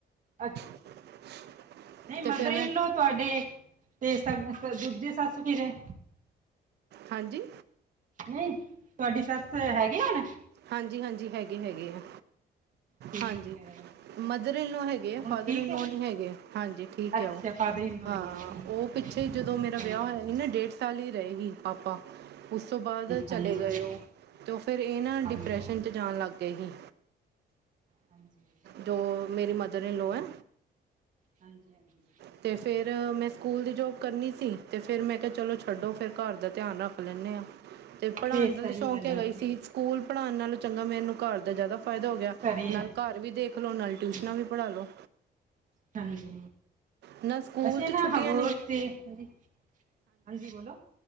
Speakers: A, on the right (about 50°); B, on the right (about 75°).
A: ਅੱਛਾ।
B: <inaudible>
A: ਨਹੀਂ
B: ਤੇ
A: ਮਦਰ
B: ਫਿਰ ਮੈਂ
A: ਇਨ ਲਓ ਤੁਹਾਡੇ ਤੇ ਦੂਜੇ ਸੱਸ ਕਿਹੜੇ
B: ਹਾਂਜੀ।
A: ਨਹੀਂ ਤੁਹਾਡੀ ਸੱਸ ਹੈਗੀ ਹੁਣੇ।
B: ਹਾਂਜੀ ਹਾਂਜੀ ਹੈਗੇ ਹੈਗੇ ਆ।
A: ਠੀਕ
B: ਹਾਂਜੀ
A: ਹੈ।
B: ਮਦਰ ਇਨਲੋਅ ਹੈਗੇ
A: ਹੁਣ
B: ਫਾਦਰ
A: ਠੀਕ
B: ਇਨਲੋਅ
A: ਹੈ
B: ਨਹੀਂੀ ਹੈਗੇ ਹਾਂਜੀ ਠੀਕ
A: ਅੱਛਾ
B: ਹੈ ਉਹ
A: ਫਾਦਰ ਇਨ ਲੋ
B: ਹਾਂ।
A: ਨਹੀਂ ਹੈ ਠੀਕ
B: ਉਹ ਪਿੱਛੇ
A: ਹੈ
B: ਜਦੋਂ ਮੇਰਾ
A: ਹਾਂਜੀ
B: ਵਿਆਹ ਹੋਇਆ ਸੀ ਨਾ ਡੇਟ। ਢੇਰ ਸਾਲ ਹੀ ਰਹੇ ਸੀ ਪਾਪਾ ਉਸ ਤੋਂ ਬਾਅਦ ਚਲੇ
A: ਹਾਂਜੀ
B: ਗਏ
A: ਹਾਂਜੀ
B: ਹੋ ਤੇ ਫੇਿਰ ਇਹ ਨਾ
A: ਹਾਂਜੀ
B: ਡਿ- ਡਿਪਰੈਸ਼ਨ ਚ ਜਾਣ ਲੱਗ ਗਏ ਸੀ।
A: <inaudible>
B: ਜੋ ਮੇਰੀ ਮਦਰ ਇਨ ਲੋਅ ਹੈ।
A: ਹਾਂਜੀ ਹਾਂਜੀ
B: ਅਤੇ ਫਿਰ ਮੈਂ ਸਕੂਲ ਦੀ ਜੋਬ ਕਰਨੀ ਸੀ ਤੇ ਫਿਰ ਮੈਂ ਕਿਹਾ ਚਲੋ ਛੱਡੋ
A: ਹਾਂ
B: ਫਿਰ ਘਰ ਦਾ ਧਿਆਨ ਰੱਖ ਲੈਂਦੇ ਹਾਂ ਤੇ ਪੜ੍ਹਾਉਣ
A: ਫਿਰ ਸਹੀ
B: ਦਾ ਤਾਂ ਸ਼ੌਕ
A: ਗੱਲ
B: ਹੈਗਾ
A: ਹੈ
B: ਹੀ
A: ਫਿਰ
B: ਸੀ ਸਕੂਲ ਪੜ੍ਹਾਉਣ ਨਾਲੋਂ ਚੰਗਾ ਮੈਨੂੰ ਘਰ ਦਾ ਜ਼ਿਆਦਾ ਫਾਇਦਾ ਹੋ ਗਿਆ
A: ਘਰੇ
B: ਨਾਲ ਘਰ ਵੀ ਦੇਖ
A: ਹਾਂਜੀ
B: ਲਓ ਨਾਲੇ ਟਿਊਸ਼ਨਾਂ ਵੀ ਪੜ੍ਹਾ ਲਉ
A: ਹਾਂਜੀ
B: ਨਾ ਸਕੂਲ
A: ਅਸੀਂ
B: ਚ
A: ਨਾ
B: ਛੁੱਟੀਆਂ
A: ਹਬੋਰ
B: ਨੇ
A: ਤੇ ਹਾਂਜੀ ਬੋਲੋ